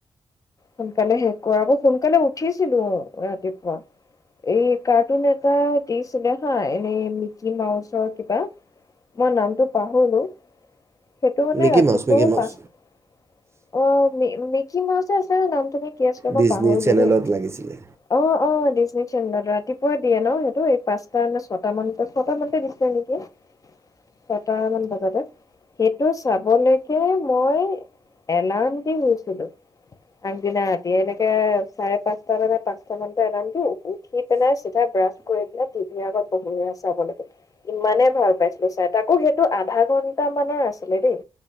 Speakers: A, on the left; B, on the right.
A: সোনকালে শেষ কৰাগে সোনকালে উঠিছিলোঁ ৰাতিপুৱা, এই ক নতুন এটা দিছিলে। হয় এনেই মিকি মাউছৰ কিবা, মই নামটো পাহৰিলোঁ। সেইটো মানে
B: মিকি
A: ৰাতিপুৱা
B: মাউচ মিকি মাউচ
A: পাঁচ--আহ মিকি মাউছৰ আচল নামটো কি আছিলে
B: ডিজনী
A: পাহৰিলোঁ
B: চেনেলত
A: দেই। অ!
B: লাগিছিলে
A: অ! ডিজনী চেনেলত ৰাতিপুৱ পুৱা দিয়ে ন? সেইটো এই পাঁচটা নে ছয়টা মানতে, ছয়টা মানতে দিছিলে নেকি? ছয়টা মান বজাতে সেইটো চাবলৈকে মই এলাৰ্ম দিছোঁ আগদিনা ৰাতি এনেকে চাৰে পাঁচটা বা পাঁচটা মানতে আৰাম দিওঁ। উঠি পেলাই চিধাই ব্ৰাছ কৰি পেলাই টিভিৰ আগত <unintelligible> ইমানে ভাল পাইছিলো <inaudible> তাকো, সেইটো আধা ঘন্টা মানৰ আছিলে দেই,